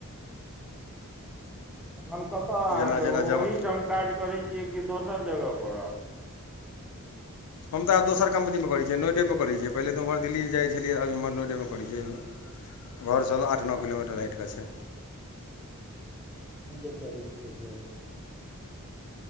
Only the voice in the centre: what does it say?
अखन कतेय अहाँके
ओ-ओहिठाम
काज करै छियै कि दोसर जगह पर आब?
हमजे करै छियै से